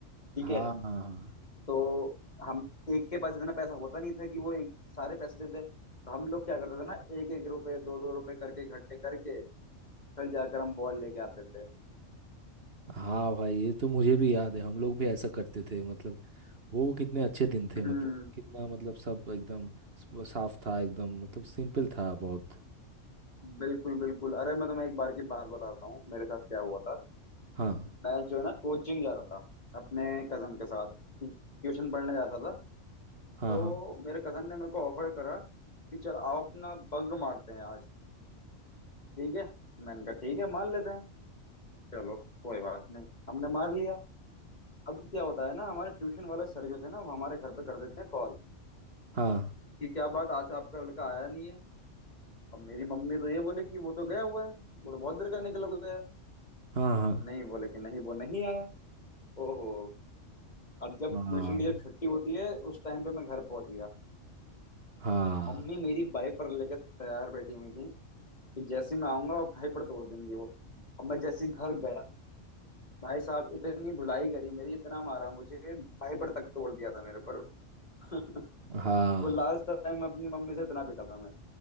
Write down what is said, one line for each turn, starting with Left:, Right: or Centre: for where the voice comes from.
Left: ठीक
Right: हाँ
Left: है
Right: हाँ हाँ
Left: तो हम एक के पास इतना पैसा होता नहीं था कि वो एक सारे पैसे दे दे तो हम लोग क्या करते थे ना एक एक रुपए दो दो रुपए करके इकट्ठे करके फिर जाकर हम बॉल लेके आते थे
Right: हाँ भाई ये तो मुझे भी याद है हम लोग भी ऐसा करते थे मतलब वो कितने अच्छे दिन
Left: हम्म
Right: थे मतलब कितना मतलब सब एकदम स- साफ था एकदम मतलब सिंपल था बहुत
Left: बिल्कुल बिल्कुल अरे मैं तुम्हें एक बार की बात बताता हूँ मेरे साथ क्या हुआ था
Right: हाँ
Left: मैं जो है ना कोचिंग जा रहा था अपने कजन के साथ ट्यूशन पढ़ने जाता था
Right: हाँ
Left: तो
Right: हाँ
Left: मेरे कजन ने मेरे को ऑफर करा कि चल आओ अपना बंक मारते हैं आज ठीक है मैंने कहा ठीक है मार लेते हैं चलो कोई बात नहीं हमने मार लिया अब क्या होता है ना हमारे ट्यूशन वाले सर जो थे ना वो हमारे घर पे कर देते हैं कॉल
Right: हाँ
Left: कि क्या बात आज आपका लड़का आया नहीं है अब मेरी मम्मी तो ये बोले कि वो तो गया हुआ है वो तो बहुत देर का निकला गया है
Right: हाँ हाँ हाँ
Left: नहीं बोले कि नहीं वो नहीं आया ओहो अब जब
Right: हाँ
Left: ट्यूशन की जब छुट्टी होती है उस टाइम पे मैं घर पहुंच गया
Right: हाँ
Left: मम्मी मेरी बाइपर लेके तैयार बैठी हुई थी कि जैसे मैं आऊंगा वो भाई पर तोड़ देंगी वो और मैं जैसे ही घर गया भाई साहब इतनी धुलाई करी मेरी इतना मारा मुझे भाईपर तक तोड़ दिया था मेरे पर <laughs>
Right: हाँ हाँ
Left: वो लास्ट टाइम अपनी मम्मी से इतना पिटा था मैं